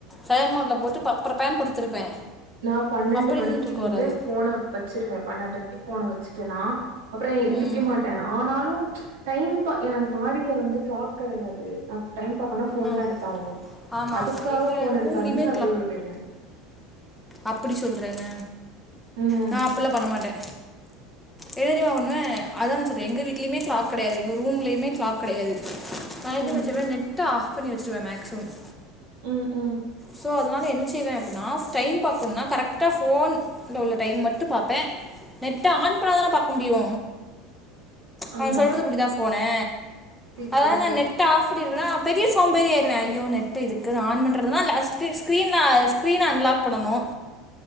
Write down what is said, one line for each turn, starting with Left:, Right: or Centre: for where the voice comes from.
Centre: சைலன்ட் மோட்ல போட்டு பப்பரப்பேன்னு படுத்திருப்பே
Right: நா பன்னெண்டு
Centre: அப்படி
Right: மணிக்கு
Centre: இருந்து தூக்க
Right: வந்து
Centre: வராது
Right: போன வச்சிருவே பன்னெண்டரைக்கு போனை வச்சுட்டேன்னா அப்பறோ எந்திக்க
Centre: ம்
Right: மாட்டே ஆனாலு டைம் எனக்கு மாடியில வந்து கிளாக் கிடையாது டைம் பாக்கனா போன்
Centre: ஆ
Right: தா எடுத்த ஆணும்
Centre: ஆமா
Right: அதுக்காக
Centre: ஆமா எங்க
Right: போன்
Centre: ரூம்லயுமே
Right: எடுக்க ஆரம்பிச்சு அப்டியே உள்ள போயிருவே
Centre: அப்டி சொல்றே என்ன
Right: ம்.
Centre: நா அப்டில்லா பண்ண மாட்டே என்ன தெரியுமா பண்ணுவே அதா நா சொல்றே எங்க வீட்லயுமே க்ளாக் கெடையாது எங்க ரூம்லயுமே கிளாக் கெடையாது நா என்ன
Right: ம்.
Centre: பண்ணி வச்சுருவே நெட்ட ஆஃப் பண்ணி வச்சிருவே மேக்சிமம்
Right: ம். ம்.
Centre: சோ அதனால என்ன செய்வே அப்டின்னா டைம் பாக்கணும்னா கரெக்டா போன் ல உள்ள டைம் மட்டு பாப்பே நெட்ட ஆன் பண்ணாதான பாக்க முடியு
Right: ஆமா.
Centre: அவங் சொல்றது புரிதா ஃபோனு
Right: புரியுது,
Centre: அதனால
Right: புரியுது.
Centre: நா நெட்ட ஆஃப் பண்ணிருவன்னா பெரிய சோம்பேறி ஆயிடுவே ஐயோ நெட்டு இதுக்கு நான் ஆ பண்ணுறதுன்னா லாஸ்ட்டு ஸ்கரீன்ல ஸ்க்ரின அன்லாக் பண்ணணு